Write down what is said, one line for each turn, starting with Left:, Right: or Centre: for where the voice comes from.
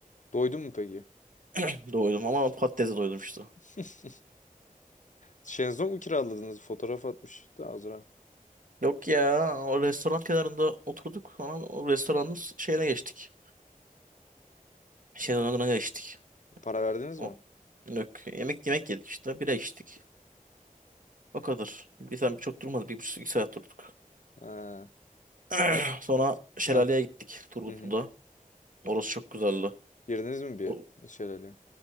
Left: Doydun mu peki?
Right: <clears throat> Doydum ama patatese doydum işte.
Left: <laughs> Şenzong mu kiraladınız? Fotoğraf atmış. Daha az
Right: Yok ya o restoran kenarında oturduk sonra o restoranın şeyine geçtik. Şezlong'una geçtik.
Left: Para verdiniz
Right: O.
Left: mi?
Right: Yok. Yemek yemek yedik işte bira içtik. O kadar. Bir saat
Left: Ha.
Right: çok durmadı Bir buçuk iki saat durduk.
Left: Ha.
Right: <clears throat>
Left: Ya-
Right: Sonra şelaleye
Left: Ha.
Right: gittik Turgutlu'da.
Left: Hı hı.
Right: Orası çok güzeldi.
Left: Girdiniz mi bir
Right: O-
Left: şelale?